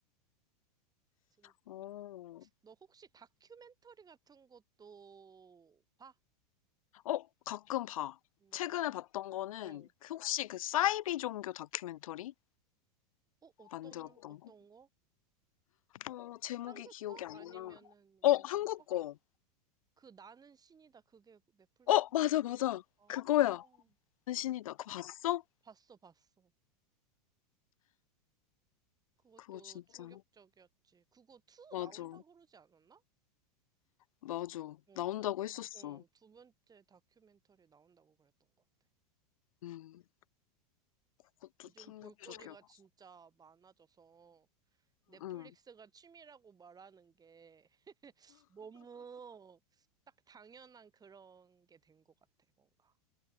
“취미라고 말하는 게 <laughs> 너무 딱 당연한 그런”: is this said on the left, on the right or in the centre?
Right